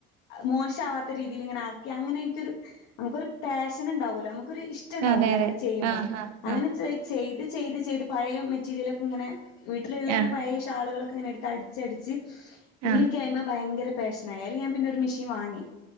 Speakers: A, on the left; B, on the right.
A: മോശവാത്ത രീതിൽ ഇങ്ങനെ ആക്കി അങ്ങനെ എനിക്കൊരു നമുക്കൊരു പാഷൻ ഉണ്ടാവുമല്ലോ നമുക്കൊരു ഇഷ്ടം ഉണ്ടാവല്ലോ
B: അതെ അതെ
A: അങ്ങനെ ചെയ്യുമ്പോൾ
B: ആഹ് ആഹ്
A: അങ്ങനെ
B: ആഹ്
A: ചെയ്ത് ചെയ്ത് ചെയ്ത് പയേ മെറ്റീരിയലൊക്കെയിങ്ങനെ വീട്ടിലു ള്ളെന്നെ
B: ആഹ്
A: പയേ ഷാളുകളൊക്കെങ്ങെനെടുത്ത് അടിച്ചടിച്ച് പിന്നെ
B: ആഹ്
A: എനിക്കയ്മെ ഭയങ്കര പാഷനായി അയില് ഞാന് പിന്നെ മെഷീൻ വാങ്ങി